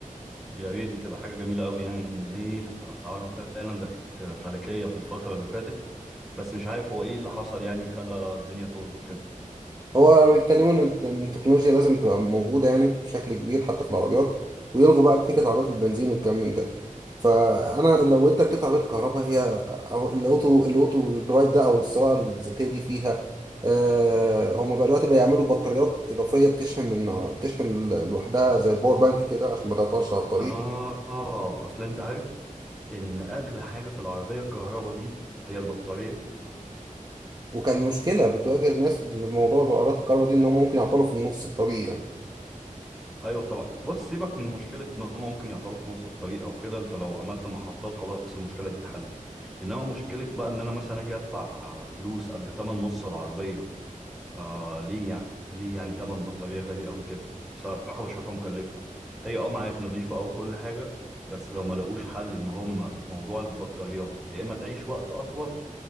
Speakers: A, in the centre; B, on the right.
A: يا ريت دي تبقى حاجه جميله قوي يعني لان ايه اسعارها فعلا بقت فلكيه في الفتره اللي فاتت بس مش عارف هو ايه اللي حصل يعني خلى الدنيا تظبط كده
B: هو بيتكلموا ان الت- إن التكنولوجيا لازم تبقى موجوده يعني بشكل كبير حتى في العربيات ويلغوا بقى فكره عربيات البنزين والكلام من ده فانا لو انت ركبت عربيه كهرباء هي او الاوتو الاوتو درايف ده او السواقه الذاتيه دي فيها آه هم بقى دلوقتي بيعملوا بطاريات اضافيه بتشحن من بتشحن لوحدها زي الباور بانك كده عشان ما تعطلش على الطريق
A: اه آه، اصل انت عارف ان اغلى حاجه في العربيه الكهرباء دي هي البطاريه
B: وكان مشكله بتواجه الناس في الموضوع بالعربيات الكهرباء دي ان هم ممكن يعطلوا في النص الطريق يعني
A: ايوه طبعا بص سيبك من مشكله ان هم ممكن يعطلوا في نص الطريق او كده انت لو عملت محطات خلاص المشكله دي اتحلت انما مشكله بقى ان انا مثلا اجي ادفع فلوس قد تمن نص العربيه آه ليه يعني ليه يعني تمن بطارية غالي قوي كده بصراحة بشوفها مكلفة هي اه معاك نظيفة او كل حاجة بس لو ما لقوش حل ان هم موضوع البطاريات يا اما تعيش وقت اطول